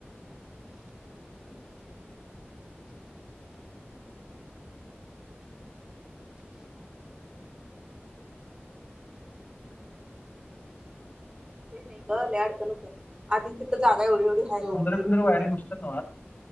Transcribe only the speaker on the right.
ते नाही ग लई अडचण होत्या आधीच तिथं जागा एवढी एवढी आहे. उंदर
बिंद्र
<unintelligible>